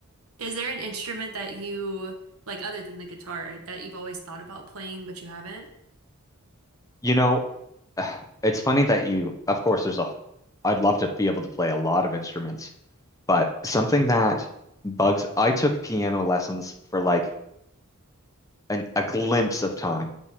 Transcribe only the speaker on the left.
You know, <sighs> it's funny that you, of course, there's a, I'd love to be able to play a lot of instruments, but something that bugs, I took piano lessons for like an, a glimpse of time